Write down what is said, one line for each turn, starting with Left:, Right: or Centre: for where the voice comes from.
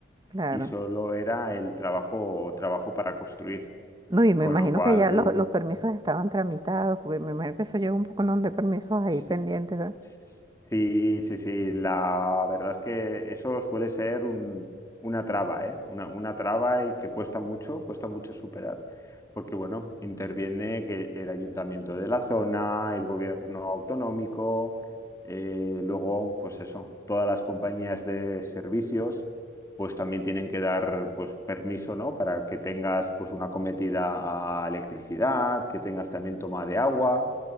Right: claro.
Left: y solo era el trabajo, trabajo para construir.
Right: No, y me
Left: Con
Right: imagino
Left: lo cual,
Right: que ya lo- los permisos estaban tramitados, porque me imagino que eso lleva un poco ¿no? de permisos ahí
Left: sí,
Right: pendientes, ¿verdad?
Left: Sí, sí, sí. La verdad es que eso suele ser un- una traba, ¿eh? Una, una traba y que cuesta mucho, cuesta mucho superar, porque bueno, interviene que el ayuntamiento de la zona, el gobierno autonómico, eh, luego, pues eso, todas las compañías de servicios, pues también tienen que dar, pues, permiso, ¿no? Para que tengas, pues, una cometida a electricidad, que tengas también toma de agua.